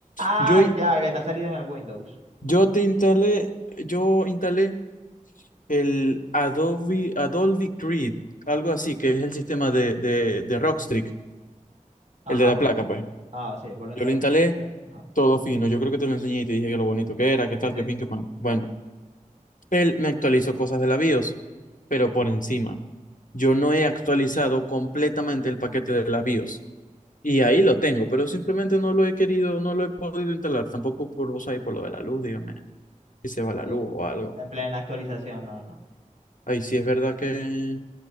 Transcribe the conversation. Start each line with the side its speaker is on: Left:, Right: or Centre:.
Right: Ah,
Left: Yo, in-
Right: ya, que te ha salido en el Windows.
Left: yo te instalé, yo instalé el Adobe, Adobe Creed, algo así, que es el sistema de, de, de Rockstrix,
Right: Ajá.
Left: el de la placa, pues.
Right: Ah, sí, vuelvo a instalaste
Left: Yo lo instalé.
Right: en tu PC. Ajá.
Left: Todo fino. Yo creo que te lo enseñé y te dije que lo bonito que era, qué
Right: Sí,
Left: tal,
Right: sí.
Left: qué pin, qué pan. Bueno, él me actualizó cosas de la BIOS, pero por encima. Yo no he actualizado completamente el paquete de la BIOS. Y ahí lo tengo, pero simplemente no lo he querido, no lo he podido instalar. Tampoco por vos ahí, por lo de la luz, dígame, si se va la
Right: sí.
Left: luz o algo.
Right: En plena actualización, no, no.
Left: Ahí sí es verdad que...